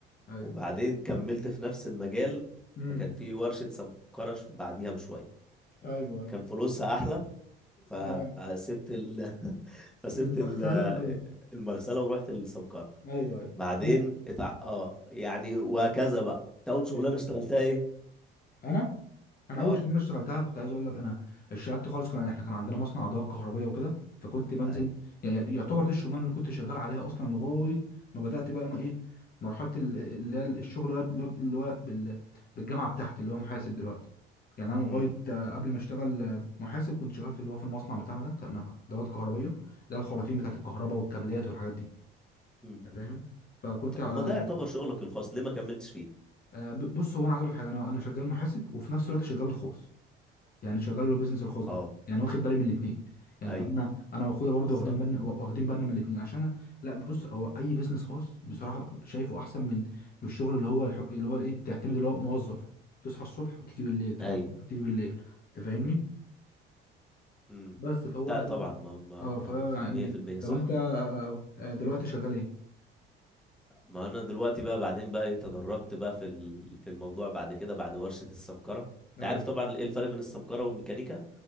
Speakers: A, on the left; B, in the centre.
A: ايوه
B: وبعدين كملت في نفس المجال
A: امم
B: فكان في ورشة سمكرة ش- بعديها بشوية
A: ايوه ايوه
B: كان فلوسها أحلى فسبت
A: تمام
B: ال... <laughs> فسبت
A: المغسلة
B: ال...
A: ايوه
B: المغسلة ورحت السمكرة
A: ايوه ايوه
B: بعدين
A: انا
B: اتع... اه يعني وهكذا بقى إنت أول شغلانة
A: ايوه
B: اشتغلتها إيه؟
A: انا انا
B: اه
A: اول شغلانه اشتغلتها كنت عايز اقول لك انا اشتغلت خالص كان احنا كان عندنا مصنع ادوات كهربائيه وكده فكنت بنزل
B: أي
A: ي- ي- يعتبر دي الشغلانه اللي كنت شغال عليها اصلا لغايه ما بدات بقى ما ايه مرحله ال- اللي هي الشغل بقى اللي هو اللي هو بال- بالجامعه بتاعتي اللي هو محاسب دلوقتي يعني انا لغايه
B: امم
A: آه، قبل ما اشتغل آه، محاسب كنت شغال في اللي هو في المصنع بتاعنا ده كان ادوات كهربائيه ده الخراطيم بتاعت الكهرباء والكابلات والحاجات دي
B: أمم.
A: انت فاهم فكنت
B: طب
A: آه،
B: ما ده يعتبر شغلك الخاص ليه ما كملتش فيه؟
A: آه، ب- بص هو انا عايز اقول لك حاجه انا انا شغال محاسب وفي نفس الوقت شغال خوص يعني شغال اللي هو بيزنس الخاص
B: اه
A: ده يعني واخد بالي من الاثنين يعني
B: أي
A: فانا انا واخويا برضو
B: بالظبط
A: واخدين بالنا واخدين بالنا من الاثنين عشان أنا- لا بص هو اي بيزنس خاص بصراحه ببقى شايفه احسن من من الشغل اللي هو الحق اللي هو الايه تعتمد اللي هو موظف تصحى الصبح وتيجي بالليل تصحى
B: أي
A: الصبح وتيجي بالليل انت فاهمني
B: امم
A: بس فهو
B: لا
A: ايه
B: طبعا ما ما
A: اه
B: ما
A: فهو
B: مفهوم
A: يعني
B: 100%
A: طب
B: صح
A: انت آه، آه، دلوقتي شغال ايه
B: ما انا دلوقتي بقى بعدين بقى إيه، تدرجت بقى في ال- في الموضوع بعد كده بعد ورشة السمكرة انت
A: ايوه
B: عارف طبعا ايه الفرق بين السمكرة والميكانيكا